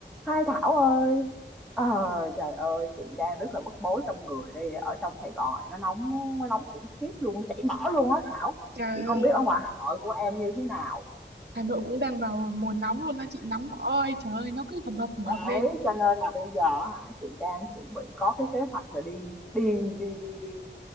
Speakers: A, in the centre; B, on the right (about 60°).
A: Hai Thảo ơi ờ, trời ơi chị đang rất là bức bối trong người đây ở trong Sài Gòn này nó nóng nó nóng khủng khiếp luôn chảy mỡ luôn á Thảo
B: Trời
A: chị không
B: ơi,
A: biết ở ngoài Hà Nội của em như thế nào
B: Hà Nội cũng đang vào mùa nóng luôn đó chị nóng oi trời ơi nó cứ hầm hập hầm
A: đấy
B: hập lên
A: cho nên là bây giờ hả chị đang chuẩn bị có cái kế hoạch là đi đi đi đi đi